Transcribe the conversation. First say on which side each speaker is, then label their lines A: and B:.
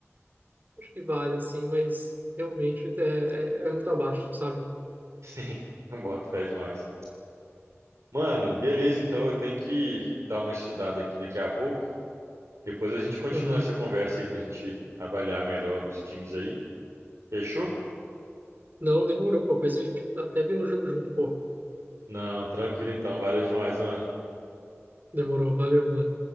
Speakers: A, on the right; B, on the right.
A: acho que vale, assim, mas realmente é, é, é muito abaixo, sabe?
B: Sim, eu boto fé demais. Mano, beleza, então eu tenho que dar uma estudada aqui daqui a pouco. Depois a gente continua
A: Uhum.
B: essa conversa aí pra gente avaliar melhor os times aí. Fechou?
A: Não, demorou, qualquer coisa a gente até vê um jogo junto, pô.
B: Não, tranquilo então. Valeu demais, mano.
A: Demorou, valeu, mano.